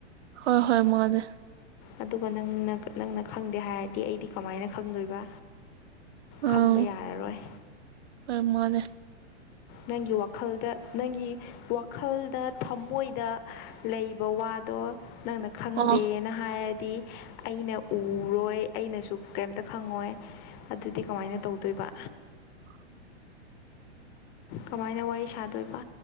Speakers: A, on the right; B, on the left.
A: ꯍꯣꯏ ꯍꯣꯏ ꯃꯥꯉꯗ
B: ꯑꯗꯨꯒ ꯅꯪꯅ ꯅꯪꯅ ꯈꯪꯗꯦ ꯍꯥꯏꯔꯗꯤ ꯑꯩꯗꯤ ꯀꯃꯥꯏꯅ ꯈꯪꯗꯣꯏꯕ
A: ꯑꯥ
B: ꯈꯪꯕ ꯌꯥꯔꯔꯣꯏ
A: ꯍꯣꯏ ꯃꯥꯅꯦ
B: ꯅꯪꯒꯤ ꯋꯥꯈꯜꯗ ꯅꯪꯒꯤ ꯋꯥꯈꯜꯗ ꯊꯃꯣꯏꯗ ꯂꯩꯕ ꯋꯥꯗꯣ ꯅꯪꯅ ꯈꯪꯗꯦꯅ
A: ꯑꯣ
B: ꯍꯥꯏꯔꯗꯤ ꯑꯩꯅ ꯎꯔꯣꯏ ꯑꯩꯅꯁꯨ ꯀꯩꯝꯇ ꯈꯪꯉꯣꯏ ꯑꯗꯨꯗꯤ ꯀꯃꯥꯏꯅ ꯇꯧꯗꯣꯏꯕ
A: <inaudible>
B: ꯀꯃꯥꯏꯅ ꯋꯥꯔꯤ ꯁꯥꯗꯣꯏꯕ